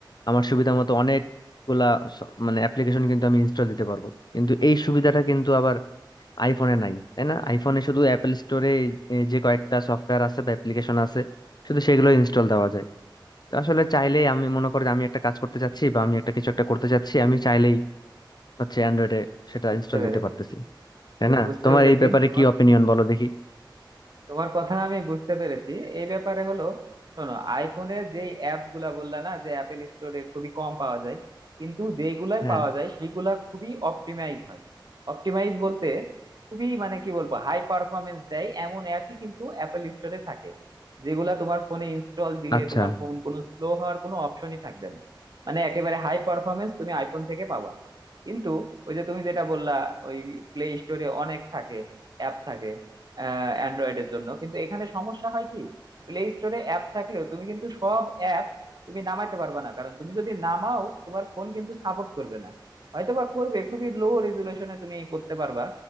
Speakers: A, on the left; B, on the right.
A: আমার সুবিধা মতো অনেকগুলা স- মানে অ্যাপ্লিকেশন কিন্তু আমি ইনস্টল দিতে পারবো কিন্তু এই সুবিধাটা কিন্তু আবার আইফোনে নাই তাই না আইফোনে শুধু অ্যাপেল স্টোরে যে কয়েকটা সফটওয়্যার আছে বা অ্যাপ্লিকেশন আছে শুধু সেগুলো ইনস্টল দেওয়া যায় তো আসলে চাইলেই আমি মনে করি যে আমি একটা কাজ করতে চাচ্ছি বা আমি একটা কিছু একটা করতে চাচ্ছি আমি চাইলেই হচ্ছে অ্যান্ড্রয়েডে সেটা
B: বুঝতে
A: ইনস্টল
B: পেরেছি
A: দিতে পারতেছি তাই না
B: বুঝতে
A: তোমার
B: পেরেছি
A: এই ব্যাপারে
B: তোমার
A: কি অপিনিয়ন বলো দেখি
B: তোমার কথা আমি বুঝতে পেরেছি এই ব্যাপারে হলো শোনো আইফোনে যে অ্যাপ গুলা বললা না যে অ্যাপেল স্টোরে খুবই কম পাওয়া যায় কিন্তু যেইগুলাই
A: হ্যাঁ
B: পাওয়া যায় সেইগুলা খুবই অপটিমাইজ হয় অপটিমাইজ বলতে খুবই মানে কি বলবো হাই পারফরমেন্স দেয় এমন অ্যাপই কিন্তু অ্যাপেল স্টোরে থাকে যেগুলা তোমার ফোনে ইনস্টল দিলে
A: আচ্ছা
B: তোমার ফোন কোনো স্লো হওয়ার কোনো অপশনই থাকবে না মানে একেবারে হাই পারফরমেন্স তুমি আইফোন থেকে পাবা কিন্তু ওই যে তুমি যেটা বললা ওই প্লে স্টোরে অনেক থাকে অ্যাপ থাকে অ্যান্ড্রয়েডের জন্য কিন্তু এখানে সমস্যা হয় কি প্লে স্টোরে অ্যাপ থাকলেও তুমি কিন্তু সব অ্যাপ তুমি নামাইতে পারবে না কারণ তুমি যদি নামাও তোমার ফোন কিন্তু সাপোর্ট করবে না হয়তো বা করবে খুবই লো রেজুলেশনে তুমি করতে পারবা